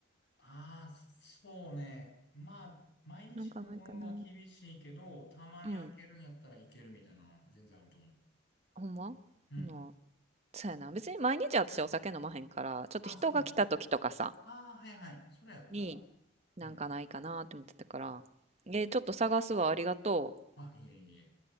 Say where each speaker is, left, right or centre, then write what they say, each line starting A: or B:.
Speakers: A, on the left (about 60°); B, on the right (about 30°).
A: ああ、そうね。まあ、毎日のは厳しいけど、
B: なんかないかな。
A: たまに開けるんやったらいけるみたいなのは全然あると思う。
B: うん。ほんまなあ
A: うん。
B: そうやな。別に毎日私お酒飲まへんから、ちょっと人が来た時とかさ、
A: ああ、そうね。ああ、はいはい。それやったら。
B: に、なんかないかなって思ってたから、
A: うん。
B: えーちょっと探すわ、ありがとう。
A: あ、いえいえ。